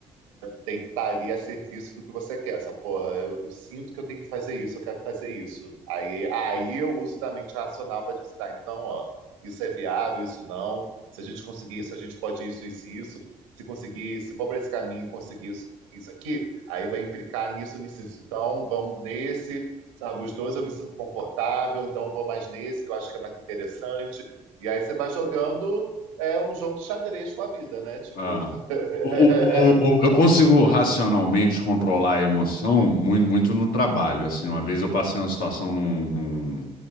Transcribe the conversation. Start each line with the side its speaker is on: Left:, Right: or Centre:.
Right: tem que estar ali a serviço do que você quer. Essa porra, eu, eu sinto que eu tenho que fazer isso, eu quero fazer isso. Aí, aí eu uso da mente racional para tipo, assim, tá, então, ó, isso é viável, isso não. Se a gente conseguir isso, a gente pode isso, isso e isso. Se conseguir, se for para esse caminho e conseguir isso, isso aqui, aí vai implicar nisso, nisso, nisso. Então, vamos nesse, sabe? Os dois eu me sinto confortável, então vou mais nesse, que eu acho que é mais interessante. E aí você vai jogando é um jogo de xadrez com a vida, né? Tipo,
Left: Ah.
Right: <laughs>
Left: O- o- o- eu consigo racionalmente controlar a emoção muito, muito no trabalho. Assim, uma vez eu passei uma situação num, num,